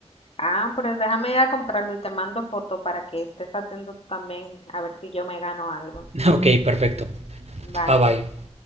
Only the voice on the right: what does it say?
<laughs> ok perfecto
bye bye